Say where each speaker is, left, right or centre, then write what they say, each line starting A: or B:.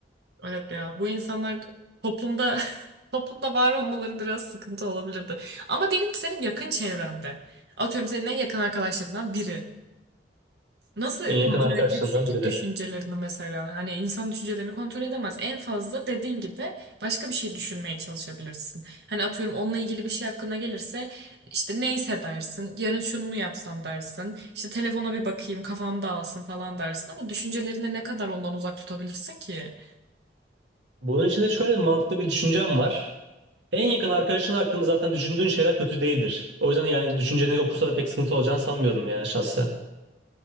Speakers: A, on the right (about 60°); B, on the right (about 80°).
A: Evet ya bu insanlar toplumda <laughs> toplumda var olmaları biraz sıkıntı olabilirdi. Ama diyelim ki senin yakın çevrende. Atıyorum senin en yakın arkadaşlarından biri. Nasıl
B: En yakın
A: kontrol
B: arkadaşlarından
A: edeceksin ki
B: biri.
A: düşüncelerini mesela? Hani insan düşüncelerini kontrol edemez. En fazla dediğin gibi başka bir şey düşünmeye çalışabilirsin. Hani atıyorum onunla ilgili bir şey hakkında gelirse işte neyse dersin. Yarın şunu mu yapsam dersin. İşte telefona bir bakayım kafam dağılsın falan dersin. Ama düşüncelerini ne kadar ondan uzak tutabilirsin ki?
B: Bunun için de şöyle bir mantıklı bir düşüncem var. En yakın arkadaşın hakkında zaten düşündüğün şeyler kötü değildir. O yüzden yani düşünceni okursa da pek sıkıntı olacağını sanmıyorum yani şahsen.